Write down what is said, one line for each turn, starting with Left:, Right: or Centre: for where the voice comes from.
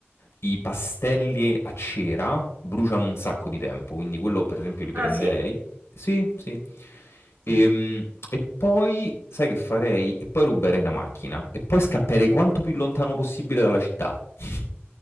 Left: i pastelli a cera bruciano un sacco di tempo, quindi quello per esempio li prenderei.
Right: ah sì?
Left: Sì, sì. Ehm,
Right: Mm.
Left: E, poi sai che farei? E poi ruberei una macchina e poi scapperei quanto più lontano possibile dalla città. <laughs>